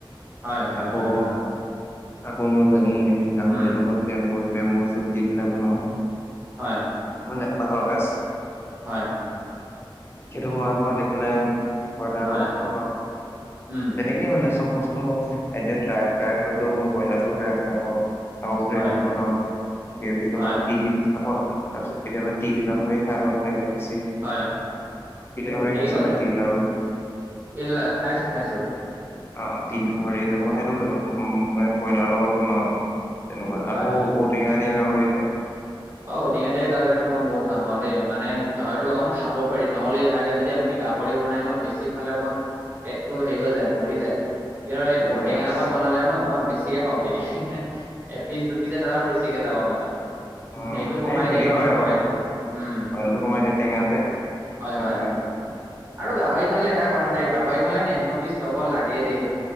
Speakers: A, on the right; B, on the left.
A: হয় হয়
B: আকৌ
A: হয় হয়
B: আকৌ মই যেনি এ, গাহৰি
A: উম
B: লগত বেম্বত বেম্ব চুট দি পেলাই বনাওঁ।
A: হয়
B: মানে বাঁহ গাচ
A: হয়।
B: সেটো মই আকৌ আনি পেলাই উম কইলাৰ
A: হয়
B: লগতো বনাওঁ।
A: উম
B: সেট তেকেই মানে চব বস্তুটো মই এতিয়া ড্ৰাই ফ্ৰাই হয়তো মই বইলাটো ড্ৰাই ফ্ৰাই কৰোঁ। আকৌ গ্ৰেভি
A: হয়
B: বনাওঁ গ্ৰেভি লগত
A: হয়
B: তিল আকৌ তা পিছত কেতিয়াবা তিল গাহৰি খাই ভাল লাগে বেছি
A: হয়।
B: তিল গাহৰি
A: ঠিকে
B: খাইছা
A: কছে
B: নাই তিল আৰু
A: তিল না খাইছোঁ খাইছোঁ।
B: অ', তিল গাহৰি যে মই সেইটো <unintelligible> কইলাৰ লগত বনাওঁ মানে তেনেকুৱা
A: হয়
B: আকৌ
A: হয়
B: অত টেঙা দিয়া গাহৰিটো
A: অ', ঔ টেঙা দিয়া গাহৰিটো মই বহুত ভাল পাওঁ দেই মানে গাহৰিটো অকন খাব পাৰি নহ'লে ইভাগে যদি আপুনি গাহ ভৰি বনাই ন বেছি খালে অকণ পেটটো হেৰি হৈ যায় ভৰি যায়। <unintelligible> এ,
B: হৈ
A: ঔটেঙা
B: যায় আৰু।
A: লগত বনালে ন অকমান বেছিকে খাব পাৰি। এপিচ দুপিচে তাৰ আৰু বেছিকে যাব মানে।
B: অ',
A: সেইটো কমাই
B: এই হেৰি
A: দিয়ে ন
B: কৰে আকৌ
A: অইলটো
B: অইলটো
A: উম
B: কমাই দিয়ে টেঙাটোৱে।
A: হয় হয়
B: ঔ টেঙাটো
A: আৰু গাহৰি খালে এটা কথা দেই গাহৰি খালে নেমু এপিচ লগত লাগেই দেই।